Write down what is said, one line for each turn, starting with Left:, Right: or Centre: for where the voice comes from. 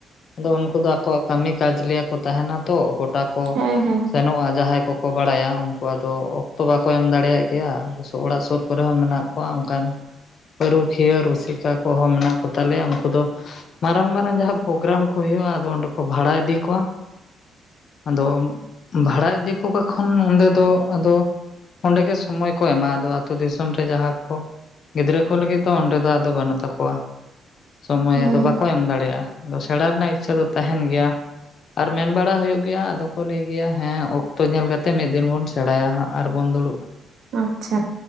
Left: ᱟᱫᱚ ᱩᱱᱠᱩ ᱫᱚ ᱟᱠᱚᱣᱟᱜ ᱠᱟᱹᱢᱤ ᱠᱟᱡᱽ ᱞᱮᱭᱟ ᱠᱚ ᱛᱟᱦᱮᱱᱟ ᱛᱚ ᱜᱚᱴᱟ ᱠᱚ
Right: ᱦᱮᱸ ᱦᱮᱸ
Left: ᱥᱮᱱᱚᱜᱼᱟ ᱡᱟᱦᱟᱸᱭ ᱠᱚ ᱠᱚ ᱵᱟᱲᱟᱭᱟ ᱩᱱᱠᱩ ᱟᱫᱚ ᱚᱠᱛᱚ ᱵᱟᱠᱚ ᱮᱢ ᱫᱟᱲᱮᱭᱟᱜ ᱜᱮᱭᱟ ᱚᱲᱟᱜ ᱥᱩᱨ ᱠᱚᱨᱮ ᱦᱚᱸ ᱢᱮᱱᱟᱜ ᱠᱚᱣᱟ ᱚᱱᱠᱟᱱ ᱯᱟᱹᱨᱩᱠᱷᱤᱭᱟᱹ ᱨᱩᱥᱤᱠᱟ ᱠᱚᱦᱚᱸ ᱢᱮᱱᱟᱜ ᱠᱚᱛᱟᱞᱮᱭᱟ ᱩᱱᱠᱩ ᱫᱚ ᱢᱟᱨᱟᱝ ᱢᱟᱨᱟᱝ ᱡᱟᱦᱟᱸ ᱯᱨᱳᱜᱨᱟᱢ ᱠᱚ ᱦᱩᱭᱩᱜᱼᱟ ᱟᱫᱚ ᱚᱸᱰᱮ ᱠᱚ ᱵᱷᱟᱲᱟ ᱤᱫᱤ ᱠᱚᱣᱟ ᱟᱫᱚ ᱵᱷᱟᱲᱟ ᱤᱫᱤ ᱠᱟᱠᱚᱠᱷᱚᱱ ᱚᱸᱰᱮ ᱫᱚ ᱟᱫᱚ ᱚᱸᱰᱮ ᱜᱮ ᱥᱚᱢᱚᱭ ᱠᱚ ᱮᱢᱟᱼᱟ ᱟᱫᱚ ᱟ. ᱛᱩ ᱫᱤᱥᱚᱢ ᱨᱮ ᱡᱟᱦᱟᱸ ᱠᱚ ᱜᱤᱫᱽᱨᱟᱹᱠᱩ ᱞᱟᱹᱜᱤᱫ ᱫᱚ ᱚᱸᱰᱮ ᱫᱚ ᱟᱫᱚ ᱵᱟᱹᱱᱩᱜ ᱛᱟᱠᱚᱣᱟ, ᱥᱚᱢᱚᱭ
Right: ᱦᱩᱸ
Left: ᱟᱫᱚ ᱵᱟᱠᱚ ᱮᱢ ᱫᱟᱲᱮᱭᱟᱜᱼᱟ ᱾ ᱟᱫᱚ ᱥᱮᱬᱟ ᱨᱮᱱᱟᱜ ᱤᱪᱷᱟᱹ ᱫᱚ ᱛᱟᱦᱮᱱ ᱜᱮᱭᱟ ᱾ ᱟᱨ ᱢᱮᱱ ᱵᱟᱲᱟ ᱦᱩᱭᱩᱜ ᱜᱮᱭᱟ ᱟᱫᱚ ᱠᱚ ᱞᱟᱹᱭ ᱜᱮᱭᱟ ᱦᱮᱸ ᱚᱠᱛᱚ ᱧᱮᱞ ᱠᱟᱛᱮᱜ ᱢᱤᱫ ᱫᱤᱱ ᱵᱚᱱ ᱥᱮᱬᱟᱭᱟ ᱦᱟᱸᱜ ᱟᱨᱵᱚᱱ ᱫᱩᱲᱩᱵᱼᱟ ᱾
Right: ᱟᱪᱷᱟ